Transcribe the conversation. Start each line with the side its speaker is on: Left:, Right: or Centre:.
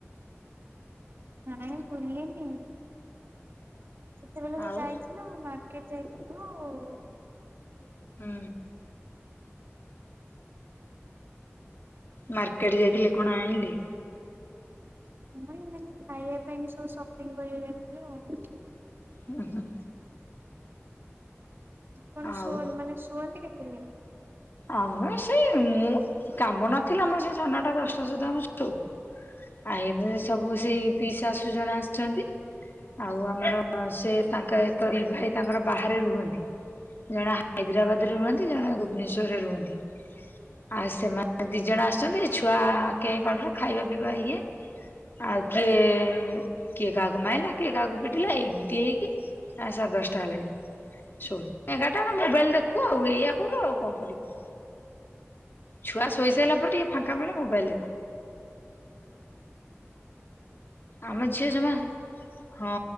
Right: ନାଇଁ ବୁଲିନି ସେତେବେଳେ
Left: ଆଉ
Right: ଯାଇଥିଲ ହଁ ମାର୍କେଟ ଯାଇଥୁଲୁ।
Left: ହୁଁ। ମାର୍କେଟ ଯାଇଥିଲେ କଣ ଆଇଁଲେ?
Right: ମୁଇ ଏମାନେ ଖାଇବା ପାଇଁ ବି ସବୁ ସପିଙ୍ଗ କରି <unintelligible>
Left: ହୁଁ ହୁଁ।
Right: ଆପଣ
Left: ଆଉ
Right: ଶୋ ନି ମାନେ ଶୁଅନ୍ତି କେତେ ବେଳେ?
Left: ଆମେ ସେଇ ମୁଁ କାମ ନଥିଲେ ଆମର ସେଇ ସାଢ଼ ନାଟା ଦଶଟା ସୁଦ୍ଧା ଆମେ ଶୋଉ। ଆ ଇବେ ସବୁ ସେଇ ପିଇ ଶାଶୁ ଜଣେ ଆସିଚନ୍ତି। ଆଉ ଆମର ସେ ତାଙ୍କେ ଇ ଭାଇ ତାଙ୍କର ବାହାରେ ରୁହନ୍ତି। ଜଣେ ହାଇଦ୍ରାବାଦ ରେ ରୁହନ୍ତି ଜଣେ ଭୁବନେଶ୍ଵରରେ ରୁହନ୍ତି ଆଉ ସେମା ଦି ଜଣ ଆସିଛନ୍ତି ଛୁଆ କେଁ କଟର ଖାଇବା ପିଇବା ଇଏ। ଆଉ କିଏ କିଏ କାହାକୁ ମାଇଲା କିଏ କାହାକୁ ପିଟିଲା ଏମିତି ହେଇକି। ଆ ସାଢେ ଦଶଟା ହେଲାଣି ଶୋ ଏଗାରଟା ମୋବାଇଲ ଦେଖୁ ଆଉ ଏଇଆ କରୁ ଆଉ କଣ କରିବୁ। ଉଁ। ଛୁଆ ଶୋଇ ସାଇଲା ପରେ ଟିକେ ଫାଙ୍କା ମିଳେ ମୋବାଇଲ ଦେଖୁ।
Right: ହଁ
Left: ଆମ ଝିଅ
Right: ଆଚ୍ଛା
Left: ଜମା ହଁ